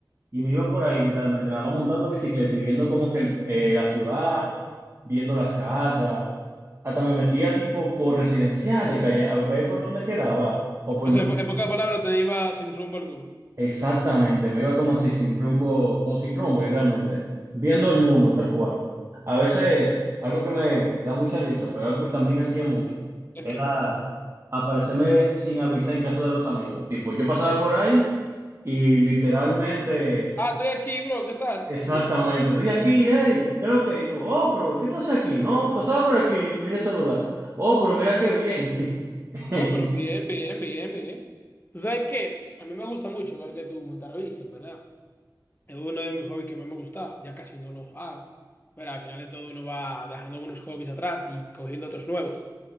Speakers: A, on the right; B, on the left.
A: Y me iba por ahí literalmente, nada más montando bicicleta y viendo como que el- eh, la ciudad, viendo las casas. Hasta me metía tipo por residenciales, calle, a ver por dónde quedaba o por
B: O sea,
A: dónde
B: en po- en
A: quedaba.
B: pocas palabras te iba sin rumbo alguno.
A: Exactamente, me iba como así sin rumbo, como sin rumbo literalmente, viendo el mundo tal cual. A veces, algo que me da mucha risa, pero algo que también hacía mucho,
B: ¿El
A: era
B: qué?
A: aparecerme sin avisar en casa de los amigos. Tipo, yo pasaba por ahí y literalmente...
B: Ah, estoy aquí, bro, ¿qué tal?
A: Exactamente.
B: Ya,
A: Estoy aquí, hey, ¿qué es lo que? Y tú, oh, pero ¿y ¿qué tú haces aquí? No, pasaba por aquí, y te vine a saludar. Oh, pero mira qué bien. <laughs>
B: No, pero bien, bien, bien, bien. ¿Tú sabes qué? A mí me gusta mucho, igual que tú, montar bici, en verdad. Es uno de mis hobbies que más me gustaba, ya casi no los hago. Pero al final de todo uno va dejando algunos hobbies atrás y cogiendo otros nuevos.